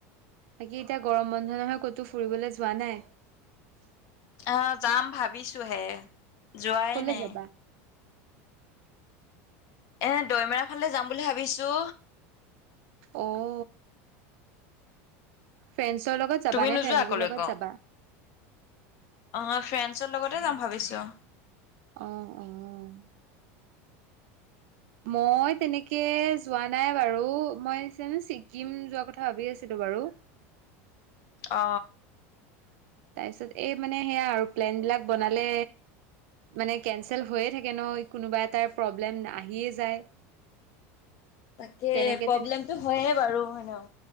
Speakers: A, on the right; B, on the left.
A: বাকী এতিয়া গৰম বন্ধ নহয়, ক'তো ফুৰিবলৈ যোৱা নাই।
B: অঁ যাম ভাবিছোঁহে যোৱাই
A: কলে
B: নাই।
A: যাবা
B: এ দৈমেৰা ফালে যাম বুলি ভাবিছো।
A: অ'। ফ্ৰেণ্ডছৰ লগত যাবা
B: তুমি
A: নে
B: নোযোৱা
A: ফেমিলিৰ
B: কলৈকো
A: লগত যাবা।
B: অ ফ্ৰেণ্ডছৰ লগতে যাম ভাবিছো।
A: অহ, অহ মই তেনেকে যোৱা নাই বাৰু মই। জানো ছিকিম যোৱা কথা ভাবি আছিলো বাৰু।
B: অ
A: তাৰ পিছত এই মানে সেয়া আৰু প্লেন বিলাক বনালে। মানে কেঞ্চেল হৈয়ে থাকে ন কোনোবা এটাৰ প্ৰব্লেম আহিয়ে যায়।
B: তাকে
A: তেনেকে
B: প্ৰব্লেমতটো হয়ে বাৰু হয়নে।